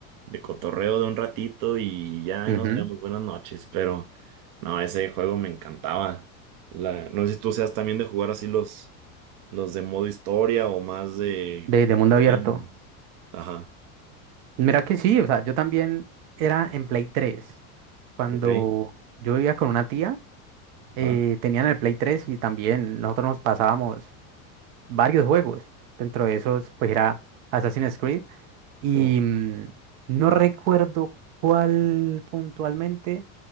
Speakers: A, on the right (about 50°); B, on the right (about 70°).
A: de cotorreo de un ratito y ya ahí
B: ujú.
A: nos vemos, buenas noches. Pero no, ese juego me encantaba. La, no sé si tú seas también de jugar así los, los de modo historia o más de...
B: De, de mundo abierto.
A: Ay, Ajá,
B: Mira que sí, o sea, yo también era en Play tres Cuando
A: ok,
B: yo vivía con una tía, eh,
A: ajá.
B: tenían el Play 3 y también nosotros nos pasábamos. varios juegos. Dentro de esos, pues era Assassin's Creed. Y
A: Uh,
B: mm, no recuerdo cuál puntualmente,